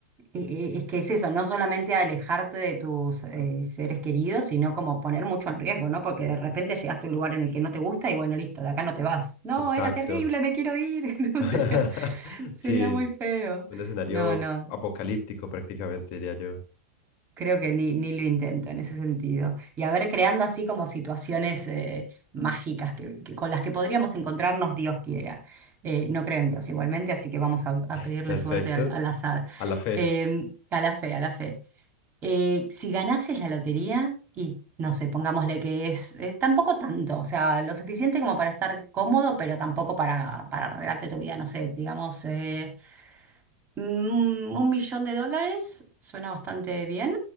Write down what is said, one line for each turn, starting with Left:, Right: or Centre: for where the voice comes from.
Right: E- e- Es que es eso, no solamente alejarte de tus eh, seres queridos, sino como poner mucho en riesgo, ¿no? Porque de repente llegaste a un lugar en el que no te gusta y bueno, listo, de acá no te vas. No,
Left: Exacto.
Right: era terrible, me quiero ir. <laughs> No,
Left: <laughs>
Right: sería, sería
Left: Sí,
Right: muy feo.
Left: es un escenario
Right: No, no.
Left: apocalíptico prácticamente, diría yo.
Right: Creo que ni, ni lo intento en ese sentido. Y a ver, creando así como situaciones eh, mágicas que, que- con las que podríamos encontrarnos, Dios quiera. Eh, no creo en Dios igualmente, así que vamos a, a
Left: <laughs>
Right: pedirle
Left: Perfecto.
Right: suerte al, al azar.
Left: A la fe.
Right: Eh, a la fe, a la fe. Eh, si ganases la lotería y, no sé, pongámosle que es eh, tampoco tanto, o sea, lo suficiente como para estar cómodo, pero tampoco para, para arreglarte tu vida, no sé, digamos, eh, mm, un millón de dólares, suena bastante bien.